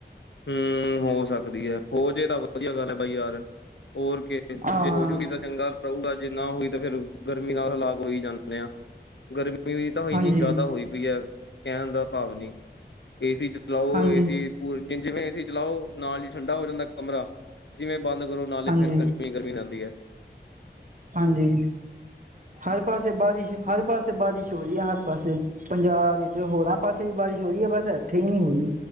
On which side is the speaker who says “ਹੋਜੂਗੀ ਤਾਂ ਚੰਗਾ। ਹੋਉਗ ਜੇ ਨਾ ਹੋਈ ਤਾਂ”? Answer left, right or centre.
Left